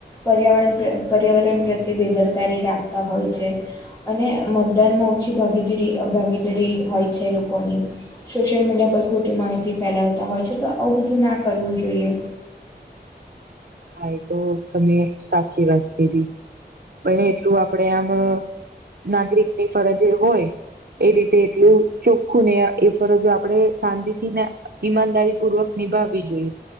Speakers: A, on the left; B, on the right.
A: પર્યાવરણ પર્યાવરણ પ્રત્યે બેદરકારી રાખતા હોય છે. અને મતદાનમાં ઓછી ભાગીદીરી ભાગીદારી હોય છે લોકોની. સોશિયલ મીડિયા પર ખોટી માહિતી ફેલાવતા હોય છે તો આવું બધું ના કરવું જોઈએ.
B: હા એ તો તમે સાચી વાત કધી પણ એટલું આ પડે આમ નાગરિકની ફરજ એ હોય એ રીતે એટલું ચોખ્ખું ને એ ફરજો આપડે શાંતિ થી ને ઈમાનદારી પૂર્વક નિભાવવી જોઈએ